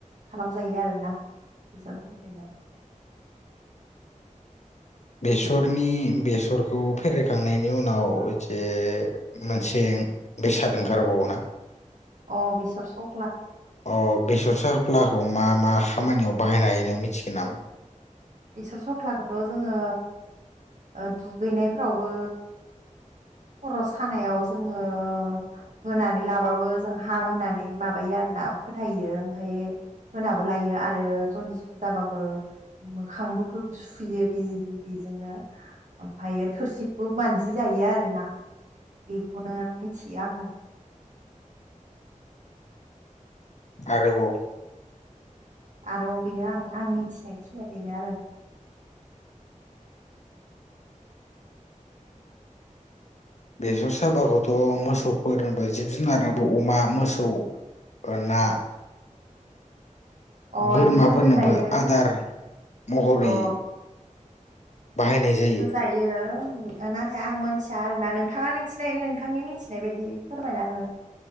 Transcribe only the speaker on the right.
खालाम जायो आरोना। बिसान खुंखायनाय।
अ बेसर साव
बेसर सावख्ला खौथ' जोङो ओ दुगैनाय फोरावबो
खर' सानायाव जोङो होनानै लाबाबो जों हामो होननानै माबायो आरो ना। फोथायो ओमफाय होनाबो लायो आरो जन्दिस फोर जाबाबो मो खांबो फोर सुयो बे बेजोंनो ओमफ्रायो थोरसिबो मानजि जायो आरो। ना बेखौनो मिथियो आङो।
आरो बेनो आं आं मिथिनाय खिनिया बेनो आरो।
अ
इदिबो
होजायो
अ
होजायो नाथाय आं मोनथिया आरोना नोंथाङा मिनथि नाय नोंथांनि मिनथि नाय बायदि फोरमायना हो।